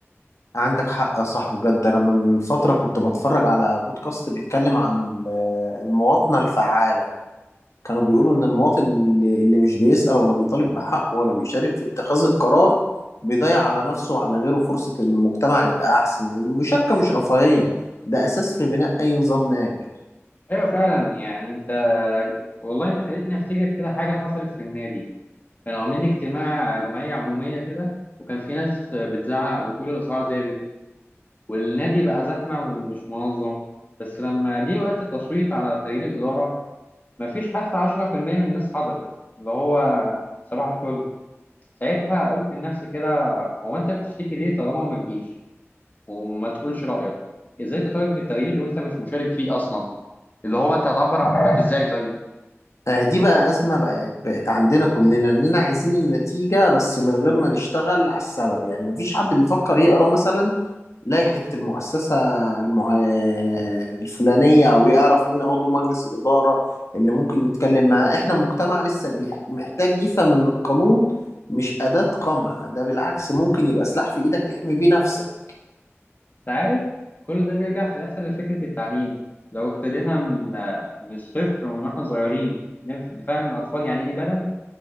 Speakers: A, on the left; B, on the left.
A: عندك حق يا صاحبي بجد انا من فتره كنت بتفرج على بودكاست بيتكلم عن ال- آه، المواطنه الفعاله كانوا بيقولوا ان المواطن اللي اللي مش بيسأل ولا بيطالب بحقه ولا بيشارك في اتخاذ القرار بيضيع على نفسه وعلى غيره فرصه ان المجتمع يبقى احسن لان المشاركه مش رفاهيه ده اساس في بناء اي نظام ناجح
B: أيوة فعلا يعني أنت والله أنت خليتني أفتكر كده حاجة حصلت في النادي كانوا عاملين اجتماع جمعية عمومية كده وكان في ناس بتزعق وتقول الأسعار زادت والنادي بقى زحمة ومش منظم بس لما جه وقت التصويت على تغيير الإدارة مفيش حتى 10% من الناس حضرت اللي هو صباح الفل ساعتها قلت لنفسي كده هو انت بتشتكي ليه طالما ما تجيش وما تقولش رأيك ازاي تطالب بالتغيير وانت مش مشارك فيه اصلا اللي هو انت هتعبر عن رأيك ازاي طيب
A: آه، دي بقى أزمة بقت بقت عندنا كلنا إننا عايزين النتيجة بس من غير ما نشتغل على السبب يعني مفيش حد بيفكر يقرأ مثلا لائحة المؤسسة المه... الفلانية أو يعرف مين عضو مجلس الإدارة اللي ممكن يتكلم معاه إحنا مجتمع لسه بيح... محتاج يفهم إن القانون مش أداة قمع ده بالعكس ممكن يبقى سلاح في إيدك تحمي بيه نفسك
B: انت عارف كل ده بيرجع في الاخر لفكرة التعليم لو ابتدينا من من الصفر ومن واحنا صغيرين نف- نفهم الاطفال يعني ايه بلد